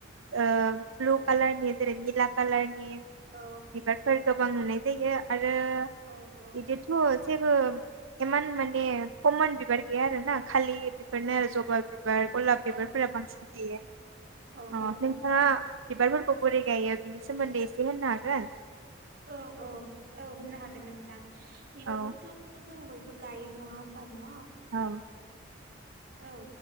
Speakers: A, on the right; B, on the right.
A: ओ ब्लु कालारनि जेरै निला कालारनि
B: औ
A: बिबारफोर गोबां नुनाय जायो आरो
B: औ औ
A: बिदिथ' जे बो इमान माने कमन बिबार गैया आरोना खालि बेफोरनो आरो जबा बिबार बिबार गलाब बिबारफोरा
B: औ
A: बांसिन थायो
B: औ
A: अ नोंथा बिबारफोरखौ बोरै गायो बिनि सोमोन्दै एसे होननो हागोन
B: औ औ औ होननो हागोन नोंथां बिबारखौथ'
A: औ
B: जों बयबो गायो नङा होमबा नआव
A: औ
B: औ